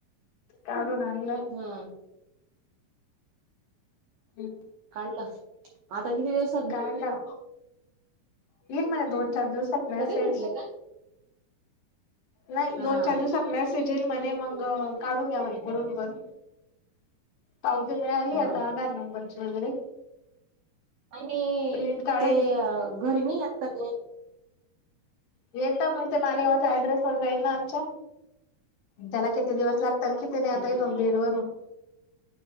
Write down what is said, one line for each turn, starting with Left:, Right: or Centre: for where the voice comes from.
Left: काढून आणलं.
Right: हं
Left: हम्
Right: काढलास आता किती दिवस
Left: काढलं. येईल मग दोन-चार दिवसात मेसेज.
Right: लगेच भेटलं का
Left: नाही
Right: हा
Left: दोन-चार दिवसात मेसेज येईल म्हणे मंग काढून घ्या म्हणे कुढून पण. पावती मिळाली
Right: हा
Left: आता आधार नंबरची वगैरे.
Right: आणि
Left: प्रिंट काढायची
Right: ते घरी नाही आता ते
Left: येत मग ते मालेगावच्या ॲड्रेस वर जाईल ना आमच्या त्याला किती दिवस लागत आणि किती नाही आता
Right: हम्म
Left: इथून बीड वरून